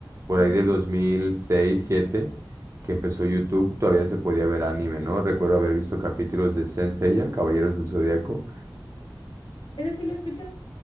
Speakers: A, on the right; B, on the left.
A: Por
B: Mm.
A: ahí del dos mil seis siete que empezó YouTube, todavía se podía ver anime, ¿no? Recuerdo haber visto capítulos de Saint Seiya, Caballeros del Zodíaco
B: Ese sí lo he escuchado.